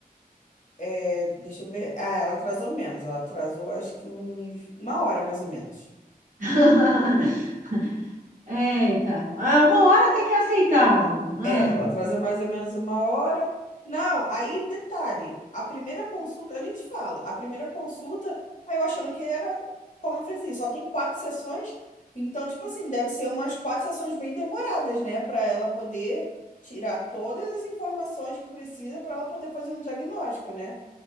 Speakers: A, on the left; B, on the right.
A: é, deixa eu ver. Ah, ela atrasou menos. Ela atrasou acho que uns, uma hora mais ou menos.
B: <laughs> Eita. Ah, uma hora até que é aceitável. Ah,
A: É, ela atrasou mais ou menos uma hora. Não, aí detalhe, a primeira consulta, eu nem te falo, a primeira consulta, aí eu achando que era, como eu falei assim, só tem quatro sessões, então, tipo assim, deve ser umas quatro sessões bem demoradas, né, para ela poder tirar todas as informações que precisa para ela poder fazer um diagnóstico, né?